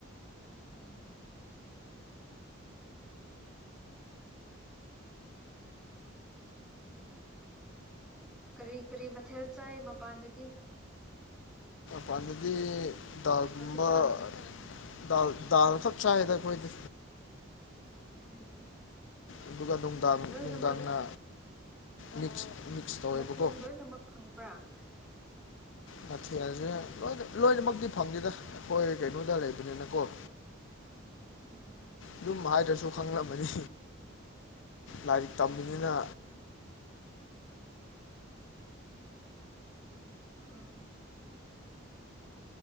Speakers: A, in the centre; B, on the left.
A: ꯎꯝ꯫ ꯀꯔꯤ ꯀꯔꯤ ꯃꯊꯦꯜ ꯆꯥꯏ ꯃꯄꯥꯟꯗꯗꯤ꯫
B: ꯄꯗꯗꯤ ꯗꯥꯜꯒꯨꯝꯕ
A: ꯍꯧꯖꯤꯛꯀꯥꯟ
B: ꯑꯥ꯫ ꯗꯥꯜ ꯗꯥꯜ ꯈꯛ ꯆꯥꯏꯗ ꯑꯩꯈꯣꯏꯗꯤ
A: ꯎꯝ
B: ꯑꯗꯨꯒ ꯅꯨꯡꯗꯥꯡ
A: ꯂꯣꯏꯅꯃꯛ
B: ꯅꯨꯡꯗꯥꯡꯅ ꯃꯤꯛꯁ ꯃꯤꯛꯁ ꯇꯧꯋꯦꯕꯀꯣ
A: ꯃꯊꯦꯜ ꯂꯣꯏꯅꯃꯛ ꯐꯪꯕ꯭ꯔꯥ
B: ꯁꯥꯊꯤꯁꯦꯣꯏ ꯂꯣꯏꯅꯃꯛꯇꯤ ꯐꯪꯗꯦꯗ ꯑꯩꯈꯣꯏ ꯀꯩꯅꯣꯗ ꯂꯩꯕꯅꯤꯅꯀꯣ
A: ꯎꯝ
B: ꯑꯗꯨꯝ ꯍꯥꯏꯗ꯭ꯔꯁꯨ ꯈꯪꯂꯝꯕꯅꯤ ꯂꯥꯏꯔꯤꯛ ꯇꯝꯕꯅꯤꯅ
A: ꯎꯝ